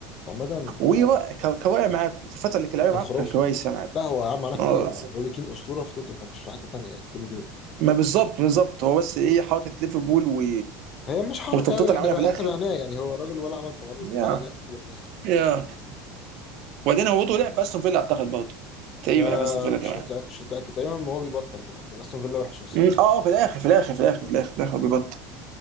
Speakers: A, on the left (about 30°); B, on the right (about 55°).
A: عامه
B: وكواقع
A: آه،
B: معاكم في الفتره اللي كان لعيبه
A: كان
B: معاكم
A: خرافي
B: كان كويسه معاكم
A: لا هو يا عم على كتير
B: اه
A: هو روبي كين اسطوره في توتنهام مش في حته تانيه يعني كده كده
B: ما بالظبط بالظبط هو بس ايه حركه ليفربول و...
A: هي مش حركه
B: والتمطيط
A: قوي
B: اللي
A: احنا
B: عملها
A: بقى
B: في الاخر
A: احنا بعناه يعني هو راجل ولا عمل تمرد
B: يا
A: ولا حاجه احنا اللي بعناه
B: يا وبعدين هو برضه لعب في استون فيلا اعتقد برضه تقريبا
A: آه
B: لعب في استون فيلا كمان
A: مش متأكد مش متأكد تقريبا ما هو بيبطل بقى كان أستون فيلا وحش أصلا
B: مم،
A: ساعتها
B: اه آه، في الاخر في الاخر في الاخر
A: اه
B: في الاخر في الاخر بيبطل